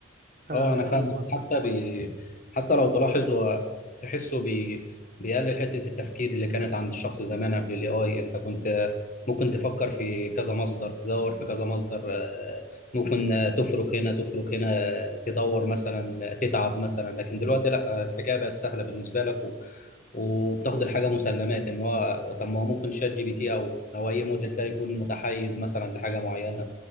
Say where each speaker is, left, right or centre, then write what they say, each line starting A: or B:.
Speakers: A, on the right (about 40°); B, on the left (about 40°).
A: آه،
B: اه انا فاهمك
A: قول برضه
B: حتى بي... حتى لو تلاحظ هو تحسه بي... بيقلل حته التفكير اللي كانت عند الشخص زمان قبل الاي اي انت كنت ممكن تفكر في كذا مصدر تدور في كذا مصدر آه، ممكن آه، تفرك هنا تفرك هنا آه، تدور مثلا آه، تتعب مثلا لكن دلوقتي لا آه، الحكايه بقت سهله بالنسبه لك وبتاخد الحاجه مسلمات ان هو طب ما هو ممكن شات جي بي تي او او اي موديل ده يكون متحيز مثلا لحاجه معينه